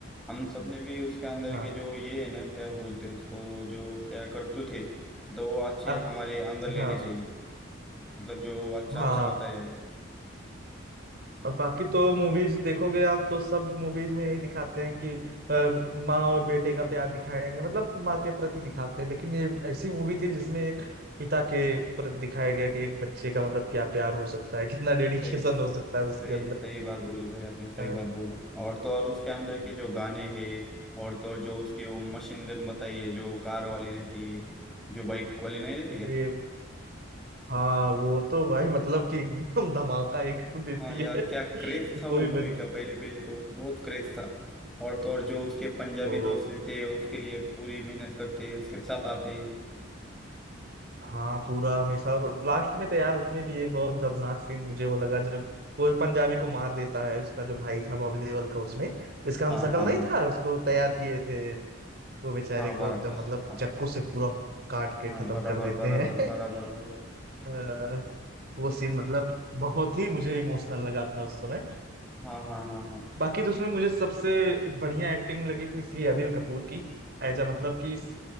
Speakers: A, in the centre; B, on the right.
A: हम सबने भी उसके अंदर
B: हाँ
A: के जो ये है ना क्या बोलते हैं उसको जो क्या करतूत थे तो वो अच्छे
B: अब
A: हमारे अंदर लेने
B: हाँ
A: चाहिए मतलब जो अच्छा
B: हाँ
A: अच्छा बताया है।
B: और बाकी तो मूवीज देखोगे आप तो सब मूवीज में यही दिखाते हैं कि अ, माँ और बेटे का प्यार दिखाएंगे मतलब माँ के प्रति दिखाते हैं लेकिन ये ऐसी मूवी थी जिसमें एक पिता के प्रति दिखाया गया कि एक बच्चे का मतलब क्या प्यार हो सकता है कितना <laughs> डेडिकेशन
A: सही सही
B: हो सकता है उसके अंदर
A: सही बात बोली भाई आपने सही
B: अ,
A: बात बोली और तो और उसके अंदर के जो गाने हैं और तो और जो उसकी वो मशीन गन बताई है जो कार वाली रहती है जो बाइक वाली नहीं रहती
B: अरे
A: क्या
B: हाँ वो तो भाई मतलब कि एकदम धमाका एकदम देती
A: हाँ यार
B: है <laughs>
A: क्या क्रेज था
B: कोई
A: वो मूवी
B: वजह
A: का पहले पहले तो बहुत क्रेज था और तो और जो उसके पंजाबी
B: वो
A: दोस्त रहते हैं उसके लिए पूरी मेहनत करते उसके साथ आते
B: हाँ पूरा हमेशा और लास्ट में तो यार उसमें भी एक बहुत दर्दनाक सीन मुझे वो लगा जब वो पंजाबी को मार देता है उसका जो भाई था बॉबी देओल का उसमें इसका हमशक्ल
A: हाँ हाँ
B: नहीं
A: हाँ
B: था उसको तैयार किए थे वो बेचारे
A: हाँ
B: को
A: बराबर
B: एकदम मतलब
A: हाँ
B: चाकू से पूरा काट के
A: हाँ
B: खत्म
A: बराबर
B: कर देते
A: बराबर
B: हैं
A: बराबर
B: <laughs>
A: भाई
B: अ, वो सीन मतलब बहुत ही मुझे इमोशनल लगा था उस समय
A: हाँ हाँ हाँ हाँ
B: बाकी तो उसमें मुझे सबसे बढ़िया एक्टिंग लगी थी सी अनिल कपूर की एज अ मतलब कि इस-